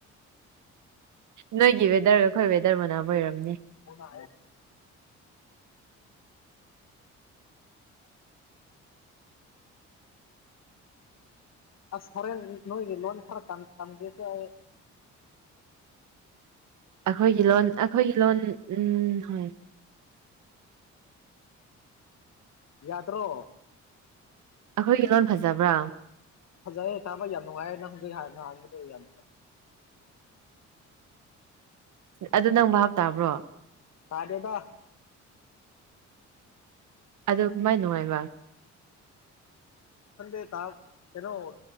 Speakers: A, on the right; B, on the left.
A: ꯅꯣꯏꯒꯤ ꯋꯦꯗꯔꯒ ꯑꯩꯈꯣꯏ ꯋꯦꯗꯔ ꯃꯅꯥꯝ ꯑꯣꯏꯔꯝꯅꯤ
B: ꯃ ꯑꯁ ꯈꯔꯦꯟ ꯅꯣꯏꯒꯤ ꯂꯣꯟ ꯈꯔ ꯇꯝꯒꯦꯁꯦ ꯑꯩ
A: ꯑꯩꯈꯣꯏꯒꯤ ꯂꯣꯟ ꯑꯩꯈꯣꯏꯒꯤ ꯂꯣꯟ ꯎꯝ ꯍꯣꯏ
B: ꯌꯥꯗ꯭ꯔꯣ
A: ꯑꯩꯈꯣꯏꯒꯤ ꯂꯣꯟ ꯐꯖꯕ꯭ꯔꯥ
B: ꯐꯖꯩꯦ ꯇꯥꯕ ꯌꯥꯝ ꯅꯨꯡꯉꯥꯏꯌꯦ ꯅꯪ ꯍꯧꯖꯤꯛ ꯍꯥꯟꯅꯍꯥꯡꯥꯟꯕꯗꯣ ꯌꯥꯝ
A: ꯑꯗꯨ ꯅꯪ ꯕꯞ ꯇꯥꯕ꯭ꯔꯣ
B: ꯇꯥꯗꯦꯗ
A: ꯑꯗꯨ ꯀꯃꯥꯏ ꯅꯨꯡꯉꯥꯏꯕ
B: ꯈꯟꯗꯦ ꯇꯥꯝ ꯀꯩꯅꯣ ꯂꯣ